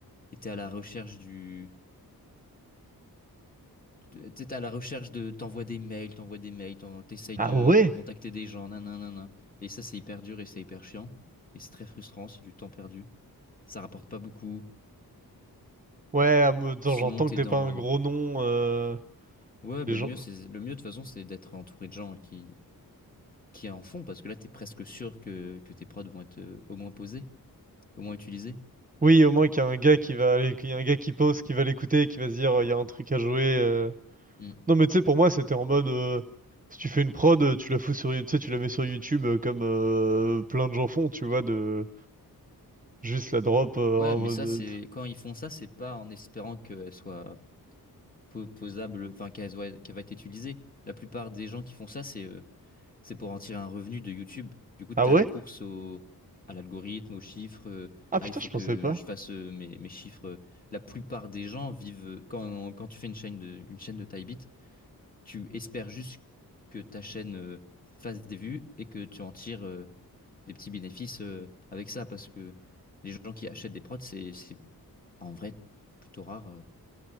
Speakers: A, on the left; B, on the right.
A: Et t'es à la recherche du. T'es t'es à la recherche de. T'envoies des mails, t'envoies des mails, t'en- t'essayes
B: Ah
A: de,
B: ouais?
A: de contacter des gens, nanana. Et ça, c'est hyper dur et c'est hyper chiant. Et c'est très frustrant, c'est du temps perdu. Ça rapporte pas beaucoup.
B: Ouais, en mode,
A: Sinon,
B: genre, j'entends
A: t'es
B: que t'es
A: dans.
B: pas un gros nom. euh,
A: Ouais, ben
B: Les gens...
A: le mieux, c'est le mieux de toute façon, c'est d'être entouré de gens qui, qui en font, parce que là, t'es presque sûr que, que tes prods vont être euh, au moins posés, au moins utilisés.
B: Oui, au moins qu'il y a un gars qui va, aller- qu'il y a un gars qui pose, qui va l'écouter et qui va se dire, euh, il y a un truc à jouer. euh,
A: Hmm.
B: Non mais tu sais pour moi c'était en mode euh, si tu fais une prod euh, tu la fous sur You- tu sais tu la mets sur YouTube euh, comme euh, plein de gens font tu vois de juste la drop euh,
A: Ouais,
B: en
A: mais
B: mode
A: ça,
B: euh,
A: c'est quand ils font ça, c'est pas en espérant qu'elles soient po- posable, enfin, qui va, qui va être utilisée. La plupart des gens qui font ça, c'est euh, c'est pour en tirer un revenu de YouTube. Du coup, tu
B: Ah ouais?
A: as la course au, à l'algorithme, aux chiffres. euh,
B: Ah putain
A: ah, il faut
B: je
A: que
B: pensais pas.
A: je fasse euh, mes, mes chiffres. euh. La plupart des gens vivent, euh, quand, quand tu fais une chaîne de, une chaîne de taille bit, tu espères juste que ta chaîne euh, fasse des vues et que tu en tires euh, des petits bénéfices euh, avec ça parce que les gens qui achètent des prods, c'est c'est en vrai plutôt rare. euh.